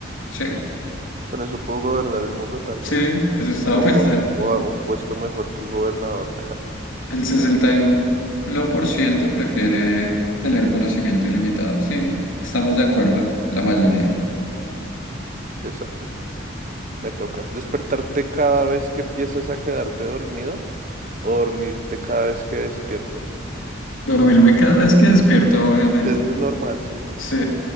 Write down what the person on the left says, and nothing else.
Sí,
sí, eso estaba
<laughs> pensando.
El sesenta y uno por ciento prefiere tener conocimiento ilimitado. Sí, estamos de acuerdo, la mayoría.
Dormirme cada vez que despierto, obviamente.
Sí,